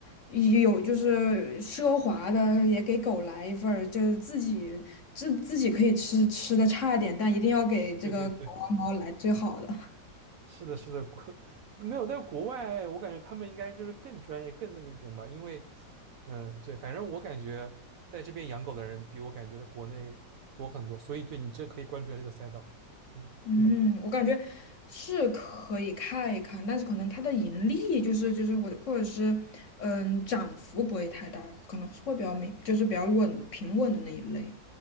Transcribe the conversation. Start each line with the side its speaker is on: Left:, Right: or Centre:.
Left: 也有就是奢华的，也给狗来一份儿，就是自己自自己可以吃吃的差一点，但一定要给这个狗啊猫来最好的。
Right: 对对对，
Left: <laughs>
Right: 是的，是的，国 <laughs> 没有，但是国外我感觉他们应该就是更专业、更那个一点吧。因为嗯，对，反正我感觉在这边养狗的人比我感觉在国内多很多，所以对你这可以关注一下这个赛道。是的。
Left: 嗯，我感觉是可以看一看，但是可能它的盈利就是就是或者或者是嗯涨幅不会太大，可能会比较明就是比较稳平稳的那一类。